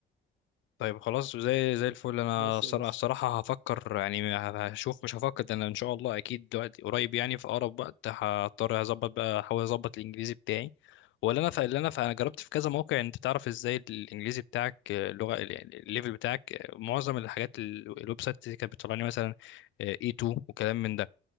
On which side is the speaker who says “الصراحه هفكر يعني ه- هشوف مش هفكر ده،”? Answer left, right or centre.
Left